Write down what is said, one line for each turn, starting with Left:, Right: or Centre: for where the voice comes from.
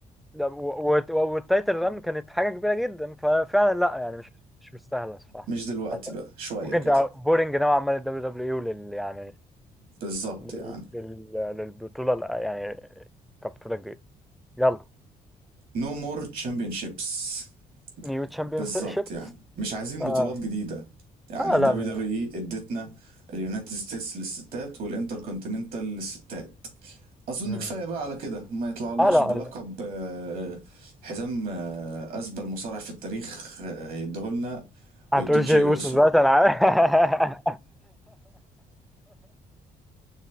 Centre: ده- و- و- والتايتل ران كانت حاجة كبيرة جدا ففعلا لا يعني مش مش مستاهلة الصراحة
Right: مش دلوقتي بقى شوية
Centre: ممكن
Right: كده
Centre: تبقى بورينج نوعا ما للدبليو دبليو دبليو اي ولل يعني
Right: بالظبط
Centre: لل...
Right: يعني
Centre: لل... للبطولة ال- يعني كبطولة جديدة يلا
Right: no more championships
Centre: نيو تشامبيون
Right: بالظبط
Centre: شيب
Right: يعني مش عايزين
Centre: اه
Right: بطولات جديدة يعني
Centre: اه
Right: ال
Centre: لا
Right: WWE
Centre: ما-
Right: ادتنا اليونايتد ستيتس للستات والانتر كونتيننتال للستات اظن
Centre: مم.
Right: كفايه بقى على كده ما يطلعلناش
Centre: اه لا
Right: بلقب
Centre: آه،
Right: آه، حزام آه، اسبل مصارع في التاريخ آه، يديهولنا
Centre: هتقول
Right: ويدوه لجي
Centre: شيء يوسف
Right: اوسو
Centre: دلوقتي انا عارف